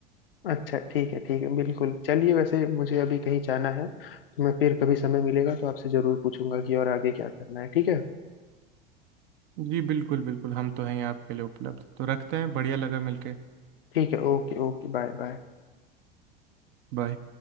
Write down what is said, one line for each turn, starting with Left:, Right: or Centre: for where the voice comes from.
Left: अच्छा ठीक है ठीक है बिल्कुल चलिए वैसे मुझे अभी कहीं जाना है तो मैं फिर कभी समय मिलेगा तो आपसे जरूर पूछूंगा कि और आगे क्या करना है ठीक है
Right: जी बिल्कुल बिल्कुल हम तो हैं ही आपके लिए उपलब्ध तो रखते हैं बढ़िया लगा मिलके
Left: ठीक है ओके ओके बाय बाय
Right: बाय